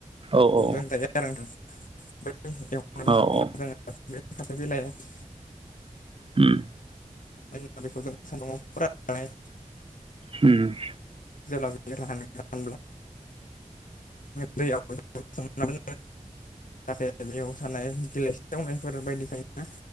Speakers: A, on the right; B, on the left.
A: औ औ
B: दोनजायो आरो नोंथां बै एवना जाखांबा
A: औ औ
B: जोङो बे फाथो बिलाइखौ
A: उम
B: दा बेखौ जों सानदुंङाव फोराननाय
A: ओम
B: <unintelligible> दैयाव सोमना दोननानै जाहाथे बेयाव सानाय बिलाइसि एवनायफोर बायदिखायना